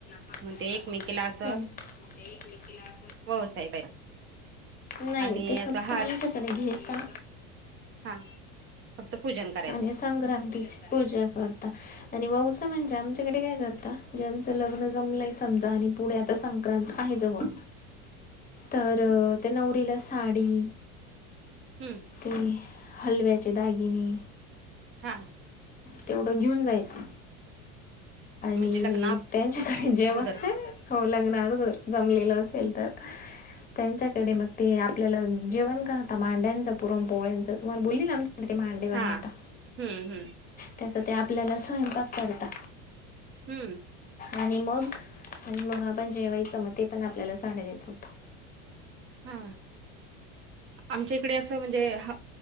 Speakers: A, on the left (about 25°); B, on the right (about 35°).
A: पाच
B: मग
A: सात
B: ते एकमेकीला
A: झालीग
B: असं
A: म तला....
B: व्यवसाय
A: नाही
B: आणि
A: ते
B: अस
A: फक्त
B: हा.....
A: आमच्याकडे घेता
B: हा फक्त पूजन करायच.....
A: आणि संक्रांतीची पूजा करता.... आणि व उसा म्हणजे आमच्याकडे काय करता ज्यांचं लग्न जमलंय समजा आणि... पुढे आता संक्रांत आहे जवळ.....
B: <unintelligible>
A: तर त्या नवरीला साडी
B: हम्म.....
A: ते हलव्याचे दागिने......
B: हां....
A: तेवढं घेऊन जायचं.... आणि
B: म्हणजे लग्ना
A: त्यांच्याकडे जेव्हा
B: अगोदर
A: हो लग्न आगर.... जमलेल असेल
B: हम्म,
A: तर... त्यांच्याकडे मग ते आपल्याला जेवण काता मांडायचं पुरण पोहळचं तुम्हाला बोलली ना.... ते मांडे बनवता
B: हा हम्म हम्म
A: त्याचा ते आपल्याला स्वयंपाक करत...
B: हम्म....
A: आणि मग आणि मग आपण जेव्हाच म ते पण आपल्याला साडा द्यायचं होतं....
B: हा आमच्या इकडे असं म्हणजे ह.